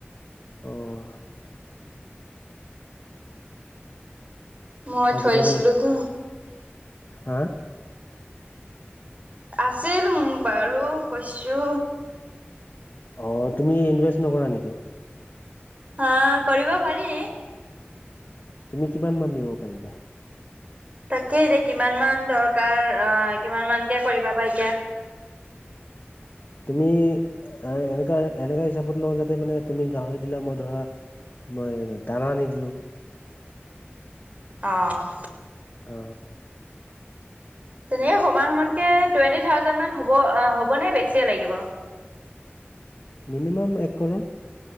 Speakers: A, on the left; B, on the right.
A: আহ
B: মই
A: থাকিলে
B: থৈ দিছিলো
A: মোৰ
B: তো
A: হা
B: আছিল মো বাৰু কৈছো
A: অ তুমি ইনভেষ্ট নকৰা নেকি
B: হা কৰিব পাৰি
A: তুমি কিমান মান দিব পাৰিবা
B: তাকেই এতিয়া কিমান মান দৰকাৰ আহ কিমান মানকে কৰিবা বা এতিয়া
A: <inaudible> তুমি এনেকা এনেকা হিচাপত লওঁ যাতে মানে তুমি গাহৰি দিলা মই ধৰা মই দানা আনি দিলো
B: অহ
A: অ
B: তেনে সমান সমানকে টুৱেণ্টি থাউজেণ্ড হব হ'বনে বেছিয়ে লাগিব।
A: মিনিমাম এক কৰৰ।